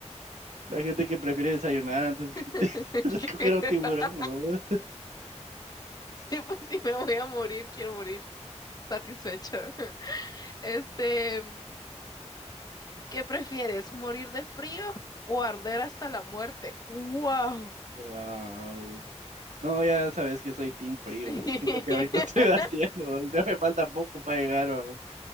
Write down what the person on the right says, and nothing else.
La gente que prefiere desayunar antes que
<laughs> de escoger un tiburón, ¿no?
Wow. No, ya sabes que soy team frío.
Siento
que ahorita estoy <laughs> bateando, o sea, me falta poco para llegar, bro.